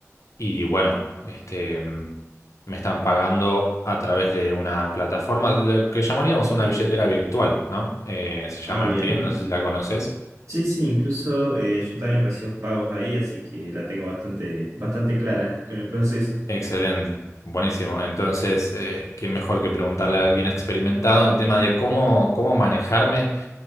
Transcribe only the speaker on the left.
y bueno, este, mm, me están pagando a través de una plataforma, lo que llamaríamos una billetera virtual, ¿no? Eh, se llama
RTM, no sé si la conoces.
Excelente, buenísimo. Entonces, eh, qué mejor que preguntarle a alguien experimentado en el tema de cómo, cómo manejarme